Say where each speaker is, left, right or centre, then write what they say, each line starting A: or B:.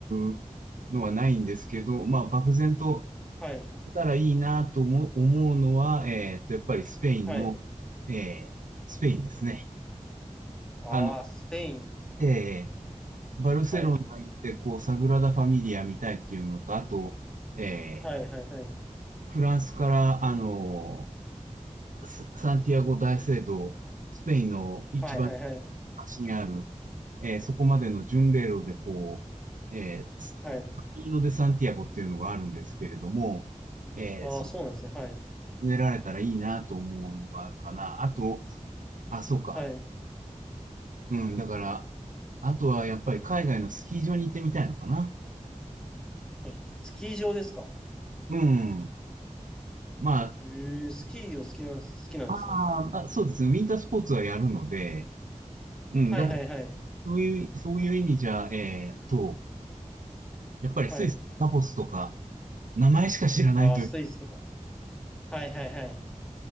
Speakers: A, on the right; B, in the centre.
A: うのはないんですけど、まあ、漠然と
B: はい、
A: たらいいなと思う思うのは、えっと、やっぱりスペインの、
B: はい。
A: えースペインですね。
B: あー、
A: あの、
B: スペイン。
A: えーバルセロナ行って、
B: はい、
A: こう、サグラダ・ファミリア見たいっていうのと、あと、え
B: はい、はい、はい。
A: ーフランスから、あのササンティアゴ大聖堂、スペインの一番
B: はい、はい、はい。
A: 端にある、えーそこまでの巡礼路で、こう、えー、スカミーノ・
B: はい。
A: デ・サンティアゴっていうのがあるんですけれども、えー
B: あー、そうなんですね。はい、
A: 植えられたらいいなと思うのがあるかな。あと、あ、そうか。
B: はい。
A: うん、だから、あとはやっぱり海外のスキー場に行ってみたいのかな。
B: はい、スキー場ですか
A: うん。まあ、
B: えー、スキーを好きなん、好きなんですね。
A: あーまあ、そうですね。ウィンタースポーツはやるので、うん、
B: はい、
A: だから
B: はい、はい。
A: そういう、そういう意味じゃ、えーっと、やっぱりスイス、
B: はい
A: ダボスとか、名前しか知らないという、
B: ああ、スイスとか。はいはいはい。